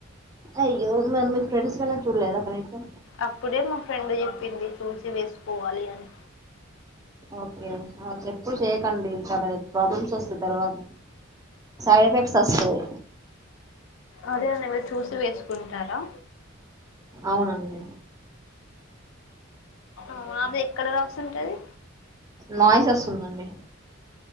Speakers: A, on the right; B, on the left.
A: అయ్యో మరి మీకు ఫ్రెండ్స్ కన్నా చూడలేదా కనీసం
B: అప్పుడే మా ఫ్రెండ్ చెప్పింది చూసి వేసుకోవాలి అని
A: ఓకే ఒకె ఎప్పుడు చేయకండి చాలా ప్రాబ్లమ్స్ ఒస్తయ్ తర్వాత సైడ్ ఎఫెక్ట్స్ అస్తయ్
B: అదే అండి మీరు చూసి వేసుకుంటారా
A: అవునండి
B: అవున అది ఎక్కడ రాసుంటది
A: నాయిస్ వస్తుందండి